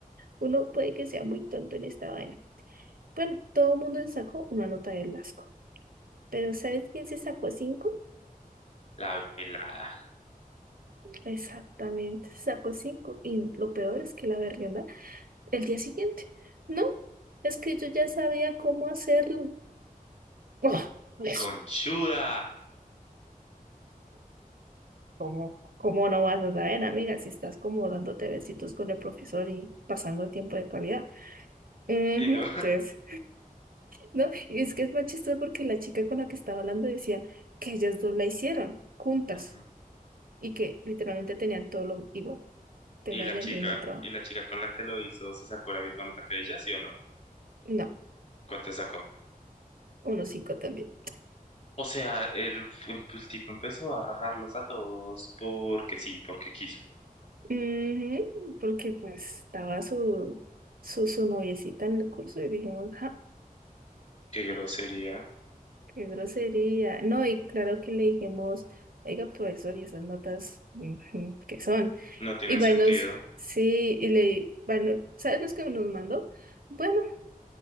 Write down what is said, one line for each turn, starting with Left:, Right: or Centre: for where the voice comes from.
Right: uno puede que sea muy tonto en esta vaina. Bueno, todo el mundo se sacó una nota del asco. Pero ¿sabes quién se sacó cinco?
Left: La pelada.
Right: Exactamente, se sacó cinco. Y lo peor es que la verdad El día siguiente. No, es que yo ya sabía cómo hacerlo. Ah, pues,
Left: Conchuda.
Right: ¿cómo, cómo no vas a saber, amiga, si estás como dándote besitos con el profesor y pasando tiempo de calidad? Ujú,
Left: Sí, ¿no?
Right: entonces, ¿no? Y es que es más chistoso porque la chica con la que estaba hablando decía que ellas dos la hicieron juntas
Left: <laughs> Ujú.
Right: y que literalmente tenían todo lo igual, tenían
Left: Y la chica,
Right: el mismo trabajo.
Left: y la chica con la que lo hizo, ¿se sacó la misma nota que ella, sí o no?
Right: No,
Left: ¿Cuánto sacó?
Right: unos cinco también.
Left: O sea, el, el tipo empezó a rajarlos a todos porque sí, porque quiso.
Right: Ujú, porque pues estaba su, su, su noviecita en el curso y dijimos, ja,
Left: Qué grosería.
Right: qué grosería. No, y claro que le dijimos, oiga, profesor, ¿y esas notas ujú, qué son?
Left: No tienen
Right: Y bueno,
Left: sentido.
Right: sí, y le, bueno, ¿sabes los que nos mandó? Bueno,